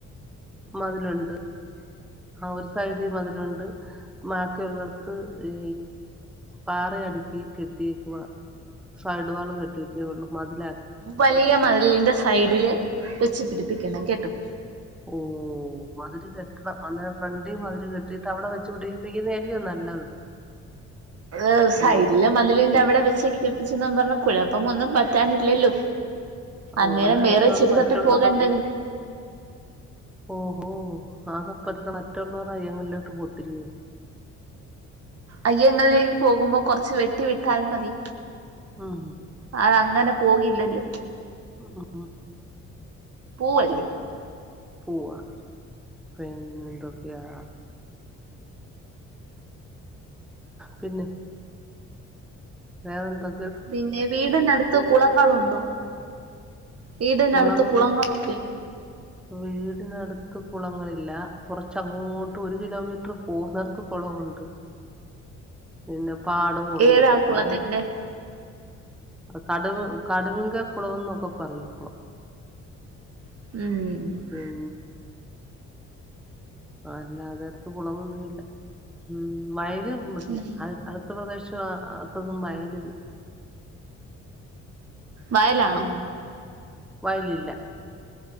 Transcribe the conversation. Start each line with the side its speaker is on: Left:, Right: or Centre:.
Centre: മതിലുണ്ട് ആ ഒരു സൈഡി മതിലുണ്ട്. ബാക്കിള്ളടത്ത് ഈ പാറയടുക്കി കെട്ടിയേക്കുവ സൈഡ് വാള് കെട്ടിട്ടെള്ളൂ മതില്
Right: വലിയ മതിലിന്റെ സൈഡില് വെച്ച് പിടിപ്പിക്കണം കേട്ടോ
Centre: ഓ മതില് കെട്ടണം അന്നേരം ഫ്രണ്ട് മതില് കെട്ടിട്ട് അവടെ വെച്ച് പിടി <unintelligible> നല്ലത്
Right: അത് സൈഡില്
Centre: ഉം
Right: മതിലിന്റെ അവിടെ വെച്ചേക്കി തിപ്പിച്ചെന്ന പറഞ്ഞ കുഴപ്പമൊന്നും പറ്റാനില്ലല്ലോ
Centre: ഓ
Right: അന്നേരം വേറെ
Centre: അത്
Right: ചെടി
Centre: മറ്റുള്ള
Right: തപ്പി പോകണ്ടല്ലോ
Centre: ഓഹോ <unintelligible> മറ്റുള്ളവരുടെ അയ്യങ്ങളിലോട്ട് പോത്തില്ലേ
Right: അയ്യോ ഇങ്ങളിനി പോകുമ്പോ കൊറച്ച് വെട്ടി വിട്ടാൽ മതി
Centre: ഉം
Right: അത് അങ്ങനെ പോകില്ലല്ലോ
Centre: ആണോ
Right: പൂവല്ലെ
Centre: പൂവാ പിന്നെന്തൊക്കെയാ പിന്നെ വേറെന്താ
Right: പിന്നെ വീടിനടുത്ത് കുളങ്ങളുണ്ടോ വീടിനടുത്ത്
Centre: കുളം
Right: കുളങ്ങളൊ കിൽ
Centre: വീടിനടുത്ത് കുളങ്ങളില്ല കുറച്ചങ്ങോട്ടു ഒരു കിലോമീറ്റർ പോന്നടുത്ത് കുളവുണ്ട് പിന്നെ പാടവൊക്കെയ
Right: ഏതാ കുളത്തിന്റെ
Centre: ഇവിടെ കടു കടുവിങ്ക കുളവെന്നൊക്കെ പറയും.
Right: ഉം
Centre: ഉം അല്ലാതെ അട്ത്ത് കുളമൊന്നില്ലംഉം വയല് വെട്ടില്ല
Right: ഉം
Centre: <unintelligible> ഉത്തർപ്രദേശിൽ അതൊന്നും വയല്
Right: വയലാണോ
Centre: ഉം വയലില്ല